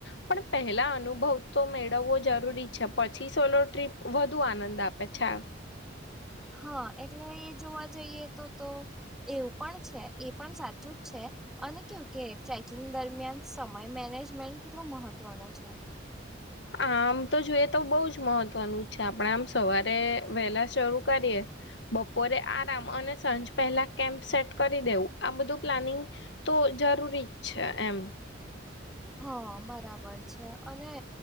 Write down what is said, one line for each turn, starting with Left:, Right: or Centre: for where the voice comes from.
Left: પણ પહેલા અનુભવ તો મેળવવો જર રૂરી છે પછી સોલો ટ્રીપ વધુ આનંદ આપે છે.
Centre: હા એટલે એ જોવા જઈએ તો તો એવું પણ છે એ પણ સાચું જ છે અને કેવું કે ટ્રેકિંગ દરમિયાન સમય મેનેજમેન્ટ કેટલું મહત્વનું છે.
Left: આમ તો જોઈએ તો બહુ જ મહત્વનું જ છે આપણે આમ સવારે વહેલા શરૂ કરીએ બપોરે આરામ અને સાંજ પહેલા કેમ્પ સેટ કરી દેવું આ બધું પ્લાનિંગ તો જરૂરી જ છે એમ.
Centre: હા બરાબર છે અને